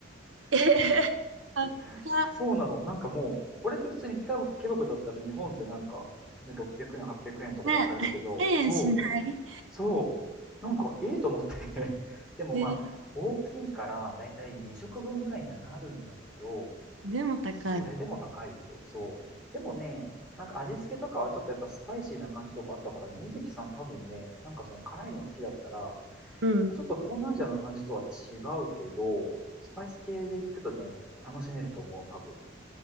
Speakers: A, on the right (about 85°); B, in the centre.
A: えへへ高っ。
B: <laughs> そうなの。なんかもう、これって普通にピカブケバブだったら日本ってなんか、ね、600円、800円とかで買えるけど、
A: ねえ、1000円しない。
B: そう、そう、なんか、ええと思って <laughs> でもまあ、
A: えー
B: 大きいから、だいたい2食分ぐらいにはなるんだけど、
A: でも高い。
B: それでも高いでしょ。そう。でもね、なんか味付けとかはちょっとやっぱスパイシーな感じとかあったからね、水木さん多分ね、なんかその辛いの好きだったら、ま
A: うん。
B: あちょっと東南アジアの感じとは違うけど、スパイス系で行くとね、楽しめると思う、多分。